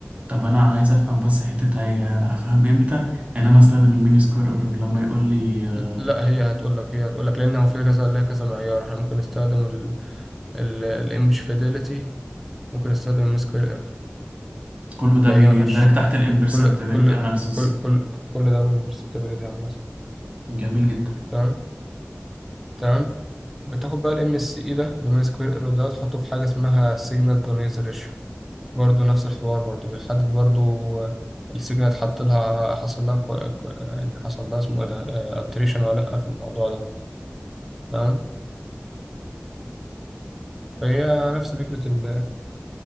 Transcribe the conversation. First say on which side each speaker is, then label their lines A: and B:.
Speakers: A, on the right (about 30°); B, in the centre.
A: طب انا عايز افهم بس حتة هي افهم امتى ان انا استخدم المين سكوير ايرور لما يقول لي آه،
B: لا هي هتقول لك هي هتقول لك لان هو في كذا ليها كذا معيار احنا ممكن نستخدم الايمج فيديليتي ممكن نستخدم المين سكوير ايرور
A: كله ده
B: فهي
A: بيندرج
B: ملهاش
A: تحت الامبرسبتابيلتي
B: كل كل
A: اناليسيز
B: كل كل كل ده من perceptibility عامة
A: جميل جدا
B: تمام تمام بتاخد بقى الام اس اي ده دومين سكوير ايرور ده تحطه في حاجه اسمها سيجنال تو نويز ريشيو برضه نفس الحوار برضه بيحدد برضه السيجنال اتحط لها حصل لها كو... كو... يعني حصل لها اسمه ايه ده التريشن ولا لا في الموضوع ده تمام فهي نفس فكره ال...